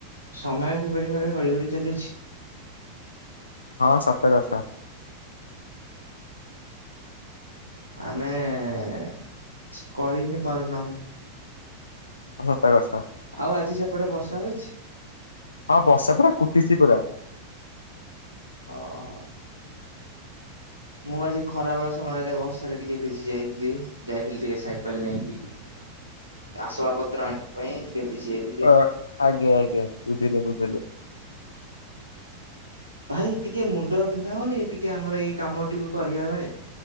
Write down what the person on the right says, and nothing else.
ସମୟ କିପରି ଭାବେ ଗଡି ଗଡି ଚାଲିଛି।
ଆମେ କିଛି କରି ହିଁ ପାରୁନାହୁଁ।
ଆଉ ଆଜି ସେପଟେ ବର୍ଷା ହୋଇଛି?
ହଁ। ମୁଁ ଆଜି ଖରା ବ ସମୟରେ ବର୍ଷାରେ ଟିକେ ଭିଜି ଯାଇଥିଲି ଯାଇଥିଲି ଟିକେ ସାଇକେଲ ନେଇକି।
ଆସବା ପତ୍ର ଆଣିବା ପାଇଁ ଟିକେ ଭିଜି ଯାଇଥିଲି।
ଭାଇ ଟିକେ ମୁଣ୍ଡ ପିନ୍ଧା ହଉନି ଟିକେ ଆମର ଏଇ କାମ କୁ କରିବା ବେଳେ?